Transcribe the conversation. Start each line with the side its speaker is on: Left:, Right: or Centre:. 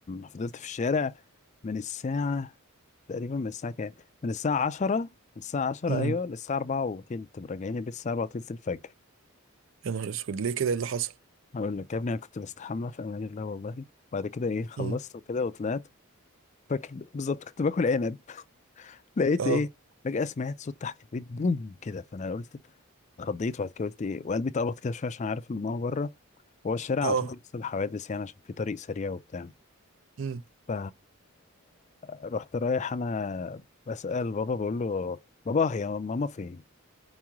Left: فضلت في الشارع من الساعة تقريبا من الساعة كام من الساعة 10 من الساعة 10
Right: امم
Left: ايوه للساعة 4 وتلت راجعين البيت الساعة 4 وتلت الفجر
Right: يا نهار اسود ليه كده إيه اللي حصل
Left: هقول لك يا ابني انا كنت بستحمى في امان الله والله بعد كده ايه خلصت
Right: امم
Left: وكده وطلعت فاكر بالظبط كنت باكل عنب <laughs> لقيت
Right: اه
Left: ايه فجأة سمعت صوت تحت البيت بوم كده فانا قلت اتخضيت وبعد كده قلت ايه وقلبي اتقبض كده شويه عشان عارف ان ماما بره هو الشارع
Right: اه
Left: على طول بيحصل حوادث يعني عشان في طريق سريع وبتاع
Right: امم
Left: ف رحت رايح انا بسأل بابا بقول له بابا هي ماما فين